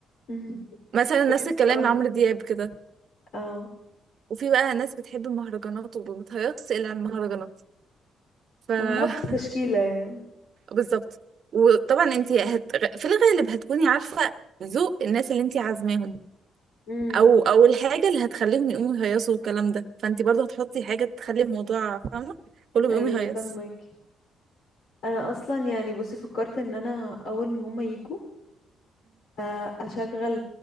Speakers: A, on the left (about 75°); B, on the right (about 60°).
A: مم.
B: مثلا
A: ماشي
B: نفس الكلام
A: خلاص
B: لعمرو دياب كده
A: اه
B: وفي بقى ناس بتحب المهرجانات ومتهيص الا على المهرجانات ف <laughs>
A: ما هحط تشكيلة يعني
B: بالظبط وطبعا انت هت... في الغالب هتكوني عارفه ذوق الناس اللي انت عازماهم
A: امم
B: او او الحاجه اللي هتخليهم يقوموا يهيصوا والكلام ده فانت برضو هتحطي حاجه تخلي الموضوع فاهمه كله
A: ايوه
B: بيقوم يهيص
A: فاهمك انا اصلا يعني بصي فكرت ان انا اول ما هما يجوا آه، اشغل